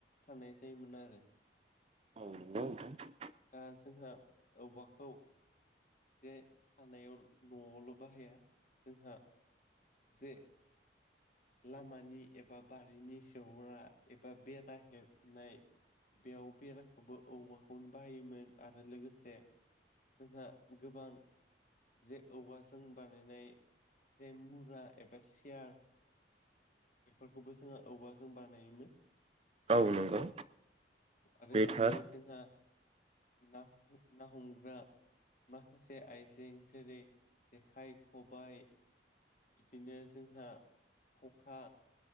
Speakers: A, on the left (about 45°); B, on the right (about 35°).
A: थानाय जायोमोन आरो
B: औ औ द
A: दा जोंहा औवाखौ जे थानायाव न'आवल' बाहाया जोंहा जे लामानि एबा बारिनि सौहग्रा एबा बेरा हेबनाय बेयाव बेराखौबो औवाखौनो बाहायोमोन आरो लोगोसे जोंहा गोबां जे औवाजों बानायनाय जे मुरा एबा सियार बेफोरखौबो जोंहा औवाजों बानायोमोन
B: औ नंगौ
A: आरो
B: बे
A: बिदिनो
B: थार
A: जोंहा न ना हमग्रा माखासे आइजें जेरै जेखाइ खबायाइ बिदिनो जोंहा खखा